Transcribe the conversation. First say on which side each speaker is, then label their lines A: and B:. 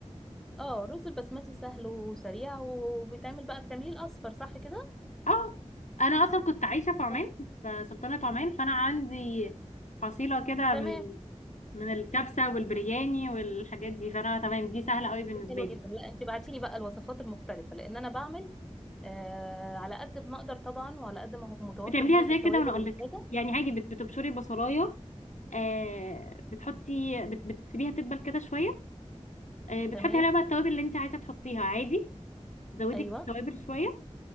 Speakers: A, in the centre; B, on the left.
A: اه الرز البسمتي سهل وسريع وبيتعمل بقى بتعمليه الاصفر صح كده
B: اه انا اصلا كنت عايشه في عمان
A: آه.
B: في سلطنه عمان فانا عندي حصيله كده
A: تمام
B: من من الكبسة والبرياني والحاجات دي فانا تمام دي سهلة قوي بالنسبة
A: دي حلوه
B: لي
A: جدا لا انت بعتي لي بقى الوصفات المختلفه لان انا بعمل آه على قد ما اقدر طبعا وعلى قد ما هو متوفر
B: بتعمليها
A: هنا
B: ازاي
A: التوابل
B: كده وانا اقول
A: والحاجه
B: لك يعني عادي بت- بتبشري بصلاية آه بتحطي بت بتسيبيها تدبل كده شوية آه بتحطي
A: تمام
B: عليها بقى التوابل اللي انت عايزة تحطيها عادي زودي
A: ايوه
B: التوابل شوية